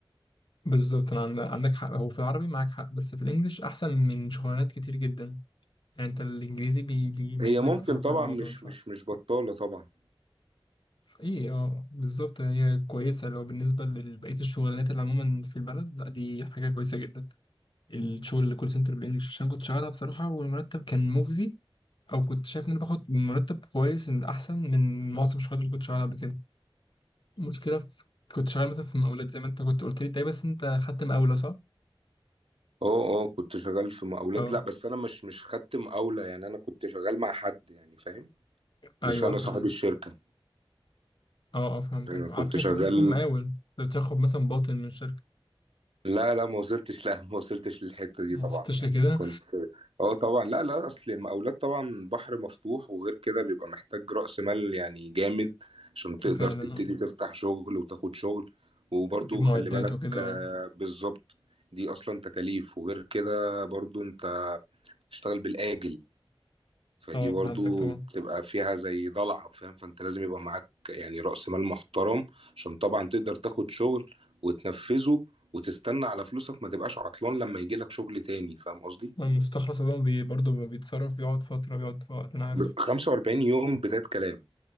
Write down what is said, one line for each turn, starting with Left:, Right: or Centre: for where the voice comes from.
Left: بالظبط انا عند- عندك حق هو في العربي معاك حق بس في الانجليش احسن من شغلانات كتير جدا يعني انت الانجليزي بي بيميزك
Right: هي ممكن
Left: بصراحه
Right: طبعا
Left: عن معظم
Right: مش
Left: الشغلات
Right: مش مش بطالة طبعا
Left: ايه اه بالظبط هي كويسه لو بالنسبه لبقيه الشغلانات اللي عموما في البلد لا دي حاجه كويسه جدا الشغل اللي كول سنتر بالانجليش عشان كنت شغالها بصراحه والمرتب كان مجزي او كنت شايف ان انا باخد مرتب كويس ان احسن من معظم الشغلات اللي كنت شغالها قبل كده المشكله في كنت شغال مثلا في مقاولات زي ما انت كنت قلت لي طيب بس انت خدت مقاوله صح؟
Right: اه اه كنت شغال في مقاولات
Left: اه
Right: لا بس انا مش مش خدت مقاولة يعني انا كنت شغال مع حد يعني فاهم
Left: ايوه
Right: مش انا
Left: فهمت
Right: صاحب الشركة
Left: اه اه فهمتك
Right: انا كنت
Left: على فكرة
Right: شغال
Left: انت ممكن تكون مقاول انت بتاخد مثلا باطن من شركة
Right: لا لا ما وصلتش لا ما وصلتش للحتة دي
Left: ما
Right: طبعا
Left: وصلتش
Right: يعني
Left: لكده
Right: كنت اه طبعا لا لا اصل المقاولات طبعا بحر مفتوح وغير كده بيبقى محتاج رأس مال يعني جامد عشان تقدر
Left: فعلا
Right: تبتدي
Left: اه
Right: تفتح شغل وتاخد شغل وبرضو
Left: تجيب معدات
Right: خلي بالك
Left: وكده
Right: آه،
Left: اه
Right: بالظبط دي اصلا تكاليف وغير كده برضو انت بتشتغل بالآجل فدي
Left: اه
Right: برضو
Left: فهمتك طبعا
Right: بتبقى فيها زي ضلع فاهم فانت لازم يبقى معاك يعني رأس مال محترم عشان طبعا تقدر تاخد شغل وتنفذه وتستنى على فلوسك ما تبقاش عطلان لما يجي لك شغل تاني فاهم قصدي
Left: ما المستخلص ده بي برضه بي- بيتصرف بيقعد فترة بيقعد في وقت انا عارف
Right: ب- 45 يوم بداية كلام